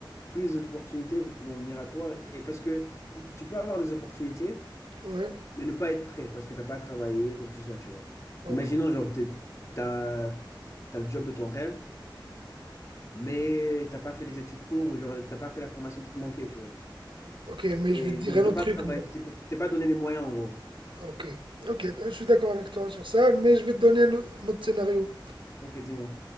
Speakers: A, on the left; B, on the right.
A: plus les opportunités vont venir à toi, et parce que i- tu peux avoir des opportunités,
B: Ouais,
A: mais ne pas être prêt, parce que t'as pas travaillé ou quoi que ce soit, tu vois.
B: ok.
A: Imaginons, genre, t'es- t'as t'as le job de ton rêve, mais t'as pas fait les études pour, ou genre, t'as pas fait la formation qui te manquait, tu vois.
B: Ok, mais
A: Et
B: je vais te dire
A: donc,
B: un autre
A: t'as pas
B: truc,
A: travaillé,
B: moi.
A: tu t'es pas tu t'es pas donné les moyens, en gros.
B: Ok, ok, je suis d'accord avec toi sur ça, mais je vais te donner un autre un autre scénario.
A: Ok, dis-moi.